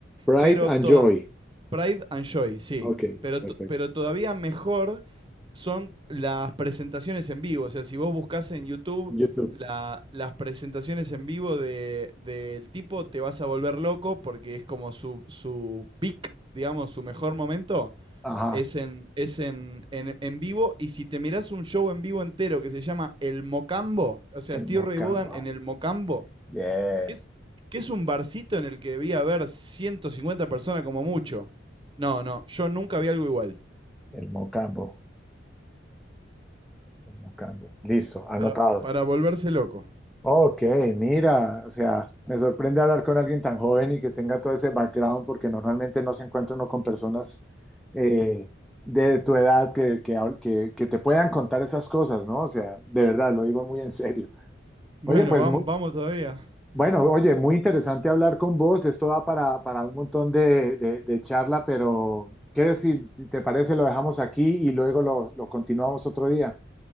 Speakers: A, in the centre; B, on the right.
A: Bright
B: pero
A: and
B: toda-
A: Joy.
B: Pride and Joy, sí.
A: Ok,
B: Pero,
A: perfecto.
B: to- pero todavía mejor son las presentaciones en vivo. O sea, si vos buscas en YouTube
A: YouTube.
B: la- las presentaciones en vivo de, del tipo, te vas a volver loco porque es como su, su peak, digamos, su mejor momento.
A: Ajá,
B: Es, en, es en, en, en vivo, y si te mirás un show en vivo entero que se llama El Mocambo, o sea,
A: el
B: Steve
A: Mocambo.
B: Ray Vaughan en El Mocambo,
A: Bien,
B: que es, que es un barcito en el que debía haber 150 personas como mucho. No, no, yo nunca vi algo igual.
A: el Mocambo. El Mocambo. Listo, anotado.
B: Para, para volverse loco.
A: Ok, mira, o sea, me sorprende hablar con alguien tan joven y que tenga todo ese background, porque normalmente no se encuentra uno con personas eh, de tu edad que, que, hab- que- que te puedan contar esas cosas, ¿no? O sea, de verdad, lo digo muy en serio.
B: Bueno,
A: Oye, pues
B: vamos,
A: muy,
B: vamos todavía.
A: bueno, oye, muy interesante hablar con vos, esto da para, para un montón de, de- de charla, pero ¿qué decir? Si te parece, lo dejamos aquí y luego lo, lo continuamos otro día.